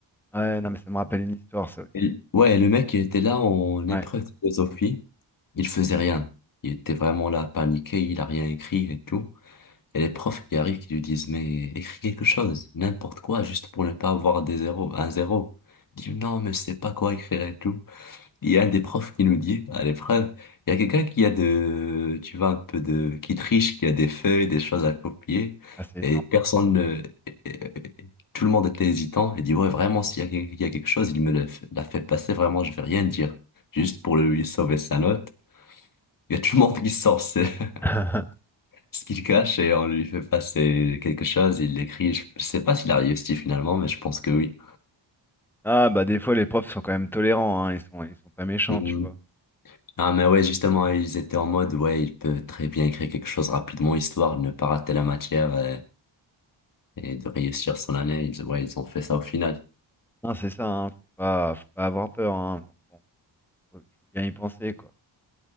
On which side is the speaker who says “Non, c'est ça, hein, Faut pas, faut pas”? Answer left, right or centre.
Centre